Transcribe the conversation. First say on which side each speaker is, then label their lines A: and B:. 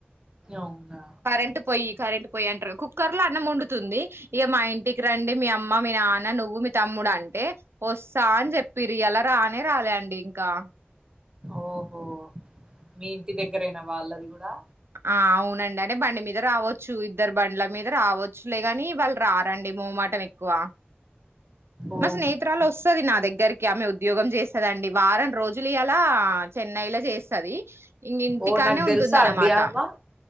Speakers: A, on the right; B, on the right.
A: అవునా
B: కరెంటు పోయి కరెంటు పోయి అంటారు కుక్కర్ లో అన్నం వండుతుంది ఇక మా ఇంటికి రండి మీ అమ్మ మీ నాన్న నువ్వు మీ తమ్ముడు అంటే వస్తా అని చెప్పిరి ఇయాల రానే రాలే అండి ఇంకా
A: ఓహో మీ ఇంటి దగ్గరేనా వాళ్ళది కూడా
B: ఆ అవునండి అనే బండి మీద రావచ్చు ఇద్దరు బండ్ల మీద రావో చులే గానీ వాళ్ళు రారండి మోమాటం ఎక్కువ
A: ఓకే
B: మా స్నేహితురాలు వస్తుది నా దగ్గరి కి ఆమె ఉద్యోగం చేస్తదండి వారం రోజులు ఇయాలా చెన్నైలో చేస్తుది ఇంగ్ ఇంటికాడనే
A: ఓ నాకు
B: ఉంటుందన్నమాట
A: తెలుసా అండి ఆమ